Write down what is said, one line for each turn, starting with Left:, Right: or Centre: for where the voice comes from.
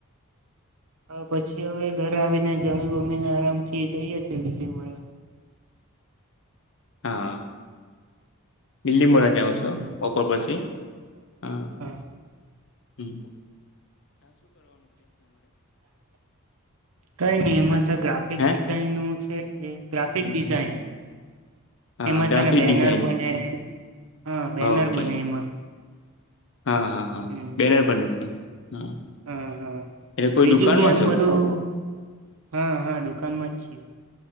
Right: હવ પછી હવે ઘરે આવીને જમી ગમીને આરામ થી જઈએ છી <unintelligible>
Left: હા. બીલી મોરા
Right: હમ
Left: જાઓ
Right: હમ
Left: છો બપોર પછી? હા.
Right: <inaudible>
Left: હમ્મ.
Right: કઈ નઈ એમાં તો ગ્રાફિક
Left: હે
Right: ડી ઝાઇન નું છે કે ગ્રાફિક
Left: હમ
Right: ડિઝાઇન,
Left: હા
Right: એમાં
Left: ગ્રાફિક
Right: છે ને બેનર
Left: ડિઝાઇન
Right: બને હા બેનર
Left: ઓકે
Right: બને એમાં.
Left: હા, હા, હા
Right: હમ
Left: બેનર બને છે, હા.
Right: હા હા
Left: એટલે કોઈ
Right: બીજું
Left: દુકાનમાં
Right: ભી એમ
Left: છો
Right: બધું, હા હા દુકાનમાં જ છીએ.